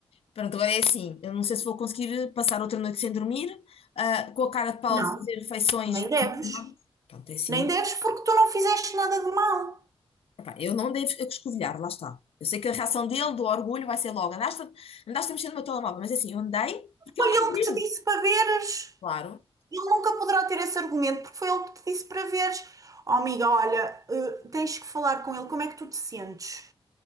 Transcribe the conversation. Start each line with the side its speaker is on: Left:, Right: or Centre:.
Left: Pronto, agora é assim, eu não sei se vou conseguir passar outra noite sem dormir, ah, com a cara de pau
Right: Não,
Left: de fazer refeições.
Right: nem deves.
Left: Pronto, é assim,
Right: Nem deves porque tu não fizeste nada de mal.
Left: Epá, eu não devo escovilhar, lá está. Eu sei que a reação dele, do orgulho, vai ser logo: andaste, andaste a mexer no meu telemóvel, mas é assim, eu andei porque
Right: Foi
Left: ele
Right: ele
Left: me abriu.
Right: que te disse para veres.
Left: Claro,
Right: Ele nunca poderá ter esse argumento porque foi ele que te disse para veres. Oh, amiga, olha, eh, tens que falar com ele. Como é que tu te sentes?